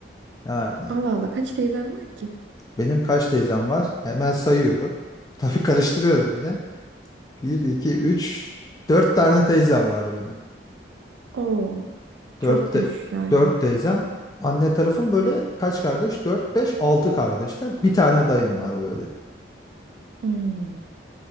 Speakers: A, on the left; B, on the right.
A: Yani
B: Allah Allah kaç teyzen var ki?
A: benim kaç teyzem var? Hemen sayıyorum. <laughs> Tabii karıştırıyorum yine. Bir 2 3 4 tane teyzem var benim.
B: Oo
A: Dört,
B: çokmuş
A: de,
B: yani.
A: dört teyzem. Anne tarafım böyle kaç kardeş? Dört, beş, altı kardeşler. Bir tane dayım var böyle.
B: Hmm.